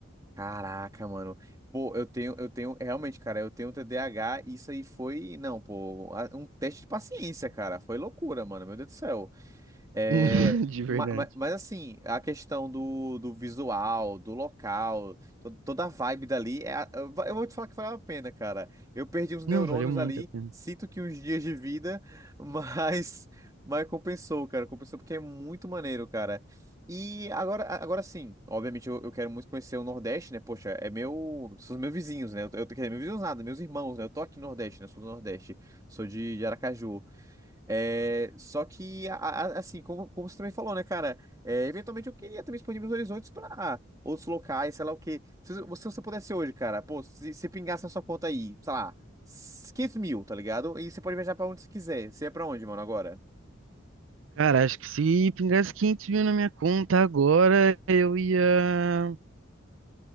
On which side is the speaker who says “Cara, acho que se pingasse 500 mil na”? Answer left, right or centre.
Right